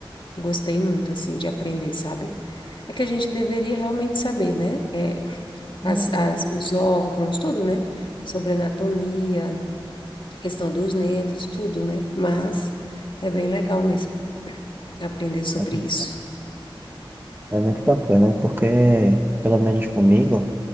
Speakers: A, on the left (about 60°); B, on the right (about 25°).
A: eu gostei muito, assim, de aprender, sabe? É que a gente deveria realmente saber, né? É,
B: É
A: as,
B: verdade.
A: as, os órgãos, tudo, né? Sobre anatomia, questão dos nervos, tudo, né? Mas é bem legal mesmo aprender sobre
B: É mu-
A: isso.
B: é muito bacana, porque, pelo menos comigo,